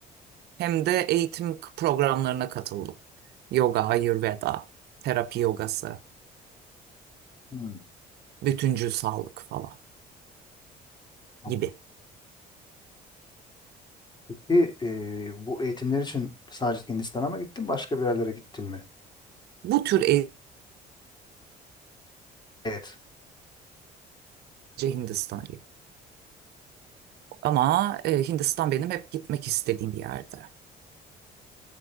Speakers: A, on the right; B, on the left.
A: Hem de eğitim programlarına katıldım. Yoga, Ayurveda, terapi yogası,
B: Hmm.
A: bütüncül sağlık falan
B: tamam.
A: gibi.
B: Peki e, bu eğitimler için sadece Hindistan'a mı gittin, başka bir yerlere gittin mi?
A: Bu tür eğitimce
B: Evet.
A: Hindistan'a gittim. Ama e, Hindistan benim hep gitmek istediğim bir yerde.